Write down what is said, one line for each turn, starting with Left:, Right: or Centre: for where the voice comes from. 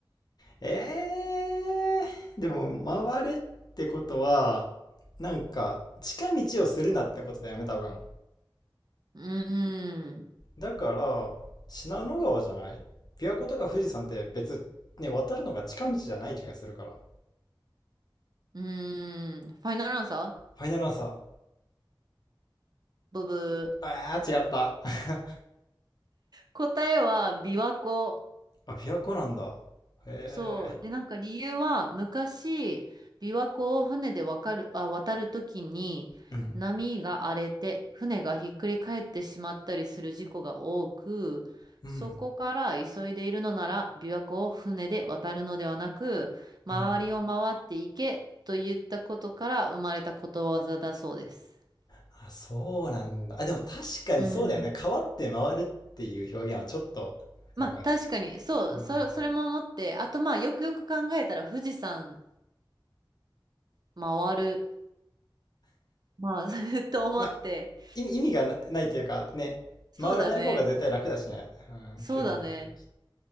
Left: えー、でも、回れってことは、なんか、近道をするなってことだよね、多分。
Right: うーん。
Left: だから、信濃川じゃない琵琶湖とか富士山って別、ね、渡るのが近道じゃない気がするから。
Right: うーん。ファイナルアンサー
Left: ファイナルアンサー。
Right: ブブー。
Left: ああ、違った。<laughs>
Right: 答えは琵琶湖。
Left: あ、琵琶湖なんだ。へ
Right: そう。で、なんか理由は、昔、琵琶湖を船でわかる、あ、渡るときに、
Left: え。うん。
Right: 波が荒れて、船がひっくり返ってしまったりする事故が多く、
Left: うん。
Right: そこから急いでいるのなら、琵琶湖を船で渡るのではなく、周りを回っていけと言ったことから生まれたことわざだそうです。
Left: うん。あ、そうなんだ。あ、でも確かにそうだよね。
Right: うん。
Left: 川って回るっていう表現はちょっと、
Right: まあ確かにそうそ、
Left: なんか、まあ、
Right: それも思ってあとまあよくよく考えたら富士山回るまあ <laughs> と思って
Left: まあ意味、意味がな、ないというか、ね、
Right: そうだね。
Left: 回らない方が絶対楽だしね。うん、
Right: そうだね。
Left: 距離短いし。